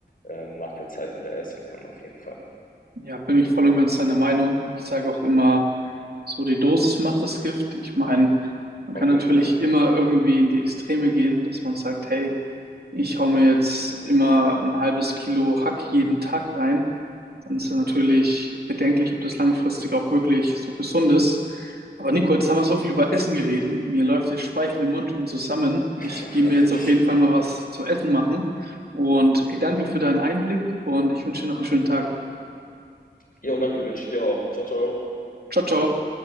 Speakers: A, on the left; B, on the right.
A: ähm, nach der Zeit wieder essen kann, auf jeden Fall.
B: Ja, bin ich voll und ganz deiner Meinung. Ich sage auch immer, so die Dosis macht das Gift. Ich meine, man
A: Auf
B: kann natürlich
A: jeden Fall.
B: immer irgendwie in die Extreme gehen, dass man sagt, hey, ich hau mir jetzt immer ein halbes Kilo Hack jeden Tag rein. Dann ist es natürlich bedenklich, ob das langfristig auch wirklich so gesund ist. Aber Nico, jetzt haben wir so viel über Essen geredet. Mir läuft der Speichel im Mund schon zusammen. Ich
A: <laughs>
B: gehe mir jetzt auf jeden Fall mal was zu essen machen. Und ey, danke für deinen Einblick und ich wünsche dir noch einen schönen Tag.
A: Jo, danke, wünsche ich dir auch. Ciao, ciao.
B: Ciao, ciao.